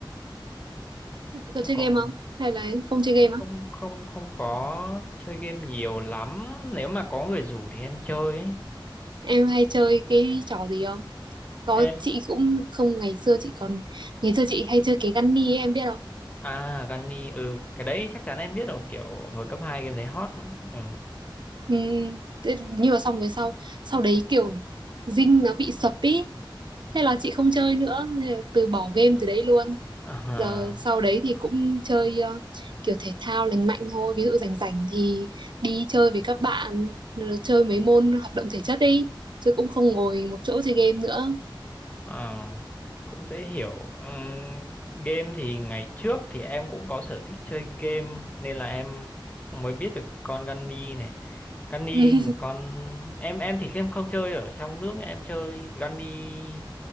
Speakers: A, on the right (about 60°); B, on the left (about 15°).
A: có
B: không
A: chơi
B: có
A: game không? Hay là không chơi game
B: không
A: á?
B: không không có chơi game nhiều lắm nếu mà có người rủ thì em chơi ấy.
A: Em hay chơi cái trò gì không? có
B: em
A: chị cũng không ngày xưa chị còn ngày xưa chị hay chơi cái gunny ấy em biết không
B: à Gunny ừ cái đấy chắc chắn em biết rồi kiểu hồi cấp 2 game đấy hot nữa ừ.
A: ừ, thế- nhưng mà xong về sau sau đấy kiểu dinh nó bị sập ý thế là chị không chơi nữa thế là từ bỏ game từ đấy luôn
B: à,
A: giờ sau đấy thì cũng chơi ờ, kiểu thể thao lành mạnh thôi ví dụ rảnh rảnh thì đi chơi với các bạn rồi chơi mấy môn hoạt động thể chất đi chứ cũng không ngồi một chỗ chơi game nữa
B: à, cũng dễ hiểu Ừm, game thì ngày trước thì em cũng có sở thích chơi game nên là em cũng mới biết được con Gunny này Gunny
A: <laughs>
B: hình con em em thì em không chơi ở trong nước em chơi Gunny